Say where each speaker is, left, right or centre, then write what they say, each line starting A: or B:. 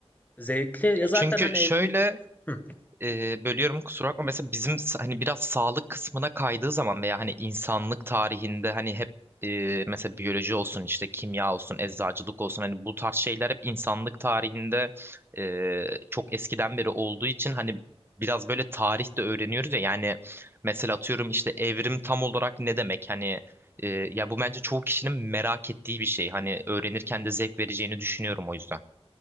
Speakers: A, on the left; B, on the right.
A: Zevkli. Ya zaten
B: Çünkü
A: hani evrim...
B: şöyle
A: Hı.
B: e, bölüyorum kusura bakma. Mesela bizim s- hani biraz sağlık kısmına kaydığı zaman veya hani insanlık tarihinde hani hep e, mesela biyoloji olsun işte kimya olsun eczacılık olsun hani bu tarz şeyler hep insanlık tarihinde e, çok eskiden beri olduğu için hani biraz böyle tarih de öğreniyoruz ya yani mesela atıyorum işte evrim tam olarak ne demek hani e, ya bu bence çoğu kişinin merak ettiği bir şey hani öğrenirken de zevk vereceğini düşünüyorum o yüzden.